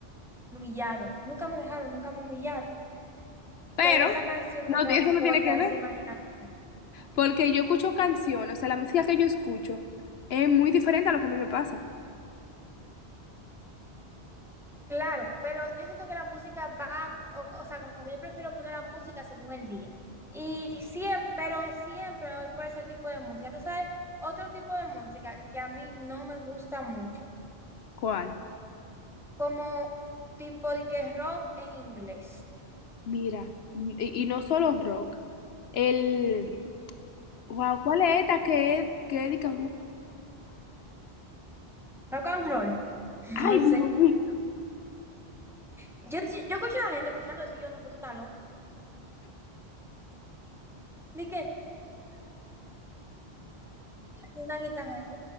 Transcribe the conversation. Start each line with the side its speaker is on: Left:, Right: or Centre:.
Centre: me humillaron. Nunca me dejaron, nunca me humillaron.
Left: Pero
Centre: Pero esa canción
Left: no,
Centre: me transporta
Left: eso no tiene que
Centre: a
Left: ver,
Centre: esa imaginación.
Left: porque yo escucho canciones, o sea, la música que yo escucho es muy diferente a lo que a mí me pasa.
Centre: Claro, pero yo siento que la música va, o, o sea, como que yo prefiero poner la música según el día. Y siempre, pero siempre voy por ese tipo de música. Tú sabes, otro tipo de música que a mí no me gusta mucho,
Left: ¿Cuál?
Centre: como tipo de que rock en inglés,
Left: Mira, y, y no solo rock. El, wow, ¿cuál es esta que es, que es de que-
Centre: rock and roll, <laughs>
Left: Ay,
Centre: no sé.
Left: Dios mío.
Centre: Yo, sí, yo escucho a la gente escuchando eso y yo no, pero tú estás loco. ¿De qué? Y una guitarra. de que,